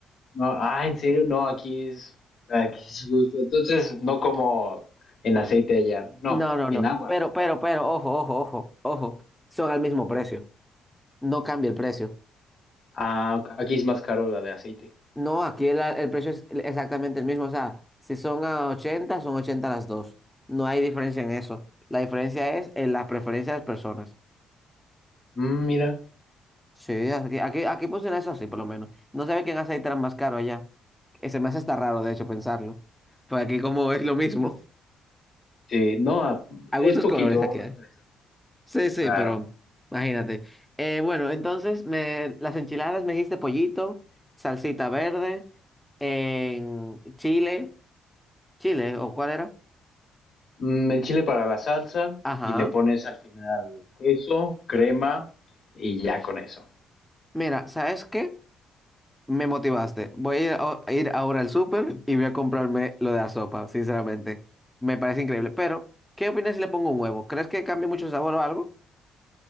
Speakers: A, on the left (about 55°); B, in the centre.
A: No, ah, en serio, no, aquí es, aquí es gusto. Entonces, no como en aceite allá, no,
B: No, no,
A: en
B: no,
A: agua.
B: pero, pero, pero, ojo, ojo, ojo, ojo, son al mismo precio, no cambia el precio.
A: Ah, ok, aquí es más caro la de aceite.
B: No, aquí el, el precio es exactamente el mismo. O sea, si son a 80 son 80 las dos. No hay diferencia en eso. La diferencia es en la preferencia de las personas.
A: Mm, mira,
B: Sí, aquí, aquí, aquí funciona eso así, por lo menos. No sabe quién hace tan más caro allá. Eh, Se me hace hasta raro, de hecho, pensarlo. Pues aquí como es lo mismo.
A: sí, no, ah,
B: A
A: es
B: gustos
A: poquito,
B: colores aquí
A: unos
B: hay.
A: pesos,
B: Sí, sí,
A: claro.
B: pero imagínate. Eh, bueno, entonces me, las enchiladas me dijiste pollito, salsita verde, en chile, chile, ¿o cuál era?
A: Mm, el chile para la salsa
B: Ajá.
A: y le pones al final queso, crema y ya con eso.
B: Mira, ¿sabes qué? Me motivaste. Voy a ir, a- a ir ahora al súper y voy a comprarme lo de la sopa, sinceramente. Me parece increíble. Pero, ¿qué opinas si le pongo un huevo? ¿Crees que cambie mucho el sabor o algo?